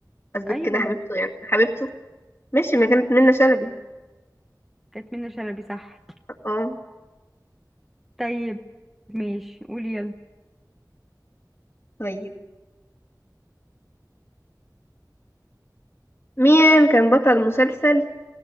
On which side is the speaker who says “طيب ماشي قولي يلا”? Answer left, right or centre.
Centre